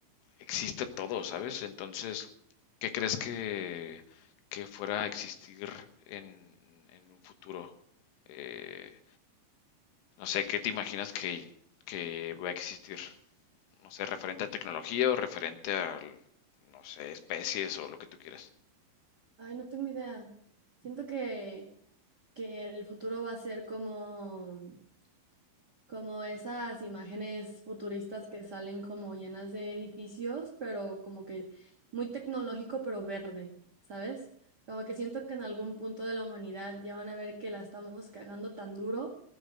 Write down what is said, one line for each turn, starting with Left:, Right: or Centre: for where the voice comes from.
Left: existe todo, ¿sabes? Entonces, ¿qué crees que, que fuera a existir en, en un futuro? Eh, no sé, ¿qué te imaginas que, que va a existir? no sé, referente a tecnología o referente a, no sé, especies o lo que tú quieras.
Right: ay, no tengo idea. Siento que, que el futuro va a ser como Como esas imágenes futuristas que salen como llenas de edificios, pero como que muy tecnológico, pero verde, ¿sabes? Como que siento que en algún punto de la humanidad ya van a ver que la estamos cagando tan duro